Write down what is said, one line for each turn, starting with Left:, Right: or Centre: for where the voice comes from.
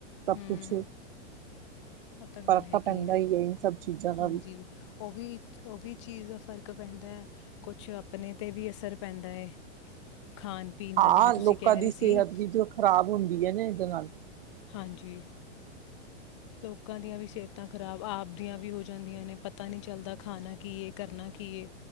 Right: ਸਭ
Left: ਹਮ
Right: ਕੁਛ
Left: ਉਹ
Right: ਫ਼ਰਕ
Left: ਤਾਂ ਗੱਲ ਹੈਗੀ
Right: ਪੈਂਦਾ
Left: ਆ
Right: ਹੀ ਹੈ ਇਨ ਸਭ ਚੀਜ਼ਾਂ ਦਾ
Left: ਹਾਂਜੀ
Right: ਵੀ।
Left: ਉਹ ਵੀ ਉਹ ਵੀ ਚੀਜ਼ ਫ਼ਰਕ ਪੈਂਦਾ ਕੁਛ ਆਪਣੇ ਤੇ ਵੀ ਅਸਰ ਪੈਂਦਾ ਹੈ ਖਾਣ ਪੀਣ
Right: ਹਾਂ,
Left: ਦਾ ਜਿਵੇਂ ਤੁਸੀਂ
Right: ਲੋਕਾਂ
Left: ਕਹਿ ਰਹੇ
Right: ਦੀ
Left: ਸੀ
Right: ਸਿਹਤ ਵੀ ਜੇ ਖ਼ਰਾਬ ਹੁੰਦੀ ਹੈ ਨਾ, ਇਹਦੇ ਨਾਲ।
Left: ਹਾਂਜੀ, ਲੋਕਾਂ ਦੀਆਂ ਵੀ ਸਿਹਤਾਂ ਖ਼ਰਾਬ। ਆਪ ਦੀਆਂ ਵੀ ਹੋ ਜਾਂਦੀਆਂ ਨੇ। ਪਤਾ ਨਹੀਂ ਚੱਲਦਾ, ਖਾਣਾ ਕੀ ਹੈ? ਕਰਨਾ ਕੀ ਹੈ?